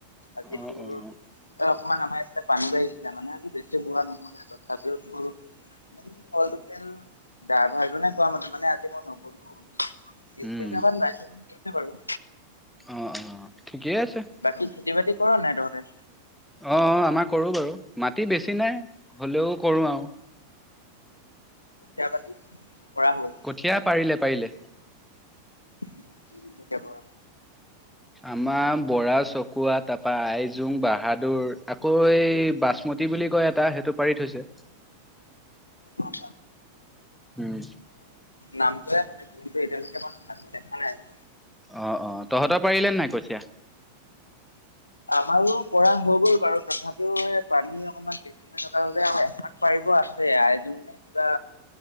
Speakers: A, on the left; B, in the centre.
A: আজিতো।
B: অ', অ'।
A: এই অকণমান ইফালে পানী বাঢ়িছিলে। মানে আজি বেছি বোৱা নহ'লে তথাপিওঁ তোৰ অল টোতেল ডাইৰভাৰ জনে কোৱা মতে মানে আজি মই নগলোঁ। বিশ
B: উম
A: বিঘা মান বাইছোঁ গৈছে বাৰু।
B: অ' অ' ঠিকেই আছে।
A: বাকী খেতি বাতি কৰোঁ নে তহঁতে?
B: অ' আমাৰ কৰোঁ বাৰু মাটি বেছি নাই, হ'লেও কৰোঁ আৰু
A: কঠিয়া পাতি পৰা হ'ল।
B: কঠিয়া পাৰিলে পাৰিলে।
A: <unintelligible> ৰা।
B: আমাৰ বৰা, চকুৱা, তাপা আইজোং, বাহাদুৰ আকৌ এই বাচমতি তি বুলি কয়, এটা সেইটো পাৰি থৈছে।
A: অ, <unintelligible>
B: উম
A: নামটোহে শুনিছো, কিন্তু এতিয়ালৈকে মই ভালকৈ দেখা নাই <unintelligible>
B: অঁ, অঁ, তহঁতৰ পাৰিলে নাই কঠীয়া?
A: আমাৰো পৰা হৈ গ'ল বাৰু, তথাপিও এই পানী অকমাণ বে <unintelligible> আৰু এভাগ পাৰিব আছে আইজোং নে কিবা।